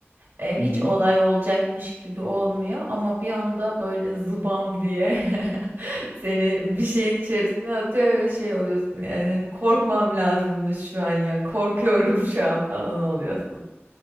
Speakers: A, on the right; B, on the left.
A: e,
B: <laughs> Hı
A: hiç
B: hı.
A: olay olacakmış gibi olmuyor ama bir anda böyle zıbam diye <laughs> seni bir şeyin içerisine atıyor ve şey oluyorsun yani hani korkmam lazımmış şu an ya korkuyorum şu an falan oluyorsun.